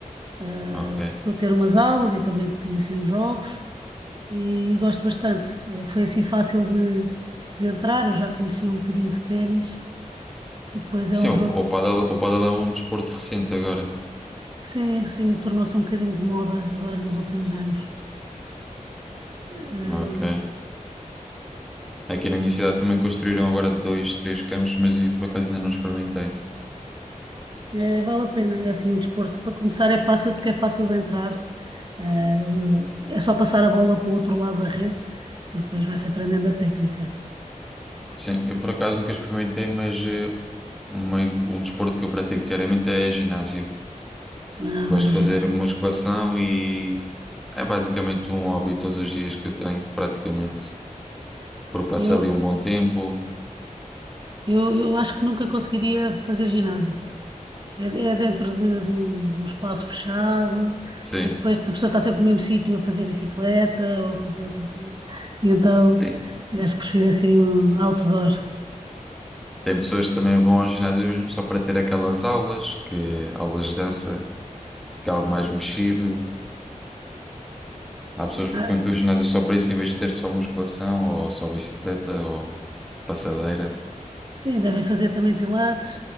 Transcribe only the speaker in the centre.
Ok.
Sim,
o,
o pádel, o pádel é um desporto recente agora.
Ok. Aqui na minha cidade também construíram agora dois, três campos, mas eu, por acaso ainda não experimentei.
Sim, eu por acaso nunca experimentei, mas eh, uma- um desporto que eu pratico diariamente é ginásio.
Gosto
de
fazer musculação e é basicamente um hobby todos os dias que eu tenho, praticamente. Porque passo
ali um bom tempo.
Sim,
sim.
Tem pessoas que também vão ao ginásio mesmo só para ter aquelas aulas, que aulas de dança, que é algo mais mexido Há pessoas que
frequentam o ginásio só para isso em vez de ser só musculação ou só bicicleta ou passadeira.